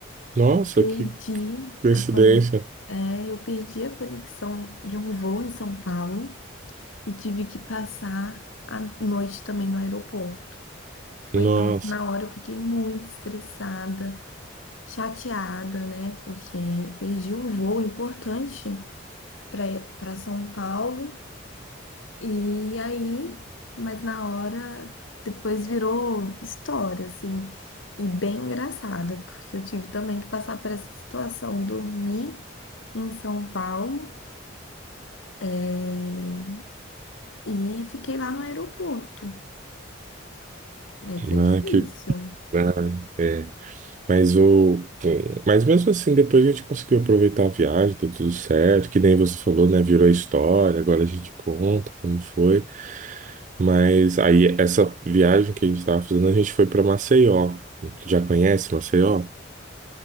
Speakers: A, on the right (about 40°); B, on the left (about 85°).
A: Nossa,
B: Eu perdi
A: que coincidência.
B: a conex. É, eu perdi a conexão de um voo em São Paulo e tive que passar a noite também no aeroporto. Foi,
A: Nossa,
B: nossa, na hora eu fiquei muito estressada, chateada, né? Porque eu perdi um voo importante para para São Paulo. E aí, mas na hora depois virou história, assim, e bem engraçada, porque eu tive também que passar por essa situação, dormi em São Paulo, eh, e fiquei lá no aeroporto. É, foi
A: né,
B: difícil.
A: que ah, é. Mas o mas mesmo assim, depois a gente conseguiu aproveitar a viagem, deu tudo certo, que nem você falou, né? Virou história, agora a gente conta como foi. Mas aí essa viagem que a gente estava fazendo, a gente foi para Maceió. Já conhece Maceió?